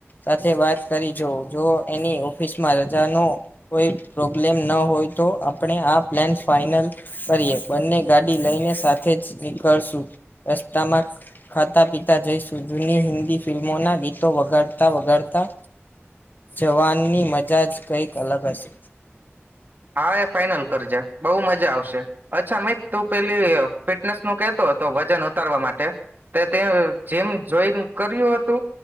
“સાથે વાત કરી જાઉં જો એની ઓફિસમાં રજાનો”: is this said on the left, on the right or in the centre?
Left